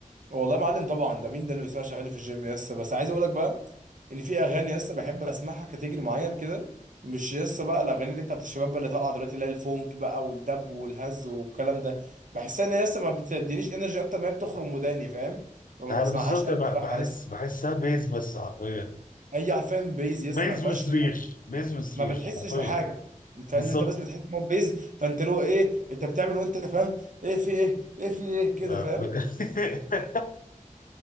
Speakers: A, on the right; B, on the left.
A: والله يا معلم طبعا ده مين ده اللي بيسمع اغاني في الجيم يس بس عايز اقول لك بقى ان في اغاني يس بحب اسمعها كاتيجري معين كده مش يس بقى الاغاني اللي بتاعت الشباب بقى اللي طالعه دلوقتي اللي هي الفونك بقى والدب والهز والكلام ده بحسها ان هي يس ما بتدينيش انرجي اكتر ما هي بتخرم وداني فاهم فما
B: انا
A: بسمعهاش
B: بالظبط
A: قوي
B: ب-
A: بصراحه
B: بحس
A: يس
B: بحسها بيز بس حرفيا
A: اي عارفين بيز يس
B: بيز
A: ما فيهاش
B: وصريخ بيز وصريخ
A: ما بتحسش
B: حرفيا
A: بحاجه انت فاهم
B: بالظبط
A: انت بس بتحس ان هو بيز فانت له ايه انت بتعمل وانت فاهم ايه في ايه ايه في ايه كده
B: آه،
A: فاهم
B: ب- <laughs>